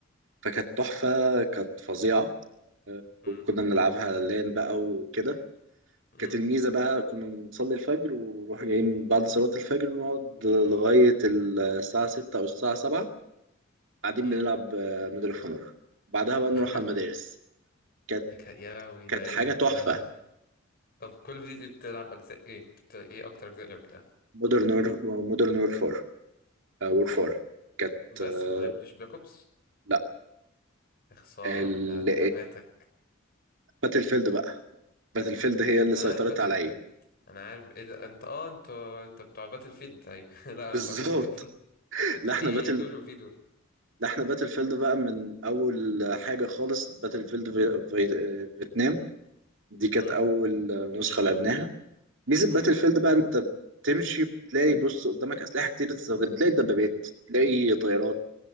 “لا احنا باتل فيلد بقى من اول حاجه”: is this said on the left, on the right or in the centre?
Right